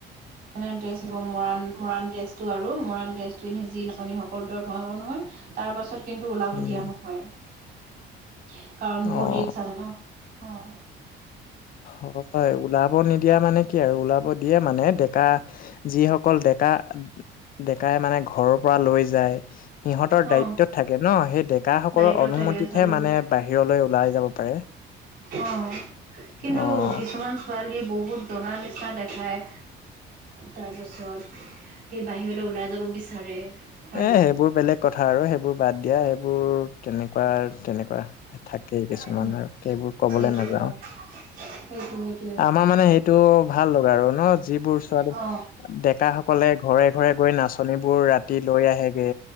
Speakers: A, on the right; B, on the left.
A: এনে ড্ৰেছ মৰাণ মৰাণ ড্ৰেছটো আৰু মৰাণ ড্ৰেছটো পিন্ধি যি নাচনী সকল ভিতৰত সোমাব নহয় তাৰ পাছত কিন্তু ওলাব
B: উম
A: দিয়া নহয়, কাৰণ বহুত
B: অ
A: ৰিক্সছ আছে ন' অহ।
B: অহ। হয় ওলাব নিদিয়া মানে কি আৰু ওলাব দিয়ে মানে ডেকা যিসকল ডেকা ডেকাই মানে ঘৰৰ পৰা লৈ যায় সিহঁতৰ
A: অ
B: দায়িত্বত থাকে ন' সেই ডেকা সকলৰ
A: দায়িত্বত
B: অনুমতিতহে
A: থাকে ছোৱালীবোৰ
B: মানে বাহিৰলৈ ওলাই যাব পাৰে।
A: অহ, কিন্তু
B: অ',
A: কিছুমান ছোৱালী বহুত জনা নিচিনা দেখায়। তাৰ পাছত সেই বাহিৰলৈ ওলাই যাব বিচাৰে। হয়
B: এ
A: নাই
B: সেইবোৰ বেলেগ কথা আৰু সেইবোৰ বাদ দিয়া সেইবোৰ তেনেকুৱা তেনেকুৱা থাকেই কিছুমান
A: উম
B: আৰু সেইবোৰ কবলৈ
A: সেইটোৱে
B: নাযাও।
A: অ সেইটো সেইটোৱে
B: আমাৰ মানে সেইটো ভাল লগা আৰু ন' যিবোৰ চোৱা
A: অ
B: ডেকা সকলে ঘৰে ঘৰে গৈ নাচনীবোৰ ৰাতি লৈ আহেগে।